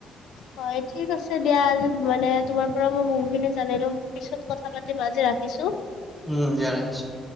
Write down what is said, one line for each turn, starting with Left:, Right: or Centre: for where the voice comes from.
Left: হয় ঠিক আছে দিয়া আজি মানে তোমাৰ। পৰা মই বহুখিনি জানিলো পিছত কথা পাতি আজি ৰাখিছোঁ।
Centre: উম দিয়া ৰখিছোঁ।